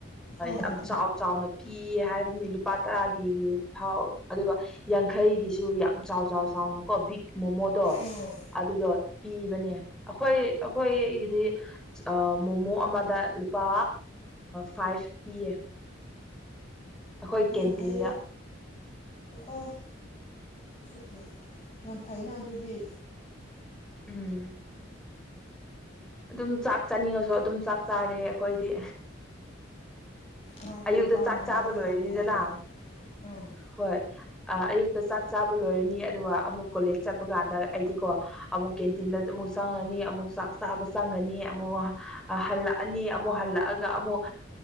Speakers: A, on the left; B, in the centre.
A: ꯑꯥ
B: ꯌꯥꯝ ꯆꯥꯎ ꯆꯥꯎꯅ ꯄꯤꯌꯦ ꯍꯥꯏꯕꯅꯤ ꯂꯨꯄꯥ ꯇꯔꯥꯒꯤ ꯐꯥꯎ ꯑꯗꯨꯒ ꯌꯥꯡꯈꯩꯒꯤꯁꯨ ꯌꯥꯝ ꯆꯥꯎ ꯆꯥꯎ ꯆꯥꯎꯅꯀꯣ ꯕꯤꯛ ꯃꯣꯃꯣꯗꯣ
A: ꯑꯥ
B: ꯑꯗꯨꯗꯣ ꯄꯤꯕꯅꯦ ꯑꯩꯈꯣꯏ ꯑꯩꯈꯣꯏꯒꯤꯗꯤ ꯃꯣꯃꯣ ꯑꯃꯗ ꯂꯨꯄꯥ ꯐꯥꯏꯚ ꯄꯤꯌꯦ ꯑꯩꯈꯣꯏ ꯀꯦꯟꯇꯤꯟꯗ
A: ꯌꯥꯝ ꯐꯩꯌꯦ ꯑꯣ ꯁꯀꯌꯣ ꯌꯥꯝ ꯐꯥꯏꯅ ꯑꯗꯨꯗꯤ
B: ꯎꯝ ꯑꯗꯨꯝ ꯆꯥꯛ ꯆꯥꯅꯤꯡꯉꯁꯨ ꯑꯗꯨꯝ ꯆꯥꯛ ꯆꯥꯔꯦ ꯑꯩꯈꯣꯏꯗꯤ
A: ꯑꯃꯗ
B: ꯑꯌꯨꯛꯇ
A: ꯂꯨꯄꯥ
B: ꯆꯥꯛ
A: ꯃꯉꯥꯗꯤ
B: ꯆꯥꯕ ꯂꯣꯏꯔꯅꯤꯗꯅ
A: ꯌꯥꯝ ꯐꯩꯌꯦ ꯎꯝ
B: ꯍꯣꯏ ꯑ ꯑꯌꯨꯛꯇ ꯆꯥꯛ ꯆꯥꯕ ꯂꯣꯏꯔꯅꯤ ꯑꯗꯨꯒ ꯑꯃꯨꯛ ꯀꯣꯂꯦꯖ ꯆꯠꯄ ꯀꯥꯟꯗ ꯑꯩꯗꯤꯀꯣ ꯑꯃꯛꯦꯦꯟ ꯇꯤꯟ ꯆꯪꯉꯅꯤ ꯑꯃꯨꯛ ꯆꯥꯛ ꯆꯥꯕ ꯆꯪꯒꯅꯤ ꯑꯃꯨꯛ ꯍꯜꯂꯛꯑꯅꯤ ꯑꯃꯨꯛ ꯍꯜꯂꯛꯑꯒ ꯑꯃꯨꯛ